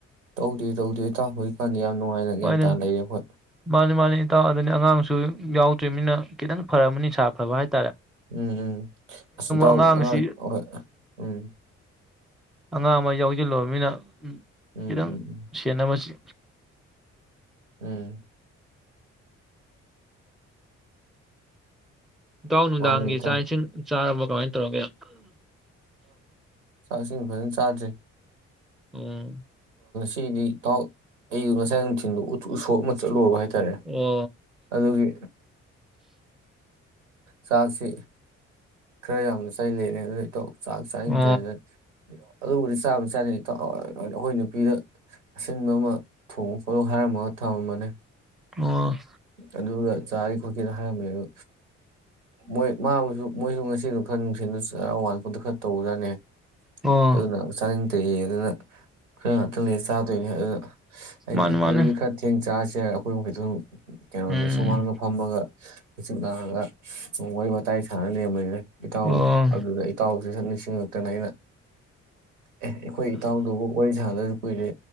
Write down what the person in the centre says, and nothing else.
ꯍꯣꯏꯅꯦ
ꯃꯥꯅꯤ ꯃꯥꯅꯤ ꯏꯇꯥꯎ ꯑꯗꯅꯤ ꯑꯉꯥꯡ ꯨ ꯌꯥꯎꯗ꯭ꯔꯤꯕ ꯃꯤꯅ ꯈꯤꯇꯪ ꯐꯔꯝꯃꯅꯤ ꯁꯥ ꯐꯕ ꯍꯥꯏꯔꯦ
ꯑꯉꯥꯡꯁꯤ
ꯑꯉꯥꯡ ꯑꯃ ꯌꯥꯎꯁꯤꯜꯂꯨꯕꯅꯤꯅ
ꯈꯤꯇꯪ
ꯁꯦꯟꯅꯕꯁꯤ
ꯏꯇꯥꯎ ꯅꯨꯡꯗꯥꯡꯒꯤ
ꯆꯥꯛ ꯏꯁꯤꯡ ꯆꯥꯔꯕ‌ꯣ ꯇꯧꯔꯒ‌ꯦ
ꯎꯝ
ꯑꯣ
ꯑꯣ ꯑꯣ
ꯑꯣ
ꯑꯣ
ꯃꯥꯅꯤ ꯃꯥꯅꯤ
ꯎꯝ
ꯑꯣ